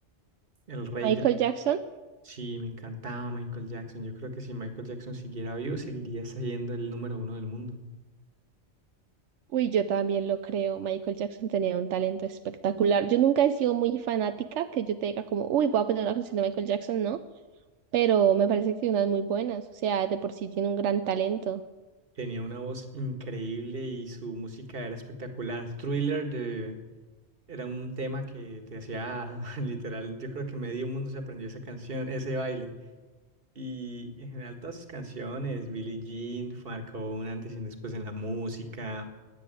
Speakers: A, on the right (about 55°); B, on the right (about 85°).
A: El rey
B: Michael
A: del...
B: Jackson,
A: Sí, me encantaba Michael Jackson. Yo creo que si Michael Jackson siguiera vivo, seguiría siendo el número uno del mundo.
B: uy, yo también lo creo. Michael Jackson tenía un talento espectacular. Yo nunca he sido muy fanática, que yo te diga como, uy, voy a poner una canción de Michael Jackson, ¿no? Pero me parece que tiene unas muy buenas. O sea, de por sí tiene un gran talento.
A: Tenía una voz increíble y su música era espectacular. Thriller de... era un tema que te hacía <laughs> literal, yo creo que medio mundo se aprendió esa canción, ese baile. Y en general todas sus canciones, Billie Jean, marcó un antes y un después en la música.